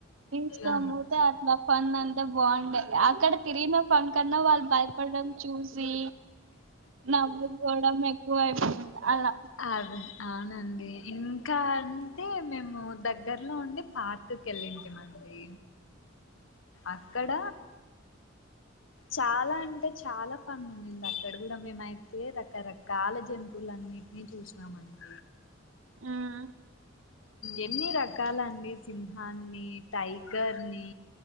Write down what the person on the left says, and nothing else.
ఆ
అదే అవునండి ఇంకా అంటే మేము దగ్గర్లో ఉండి పార్క్ కెళ్ళింటి మండీ అక్కడ చాలా అంటే చాలా ఫన్ ఉనింది అక్కడ కూడా మేమైతే రకరకాల జంతువులన్ని అన్నీ చూసినామండి
ఎన్ని రకాల అండి సింహాన్ని టైగర్ ని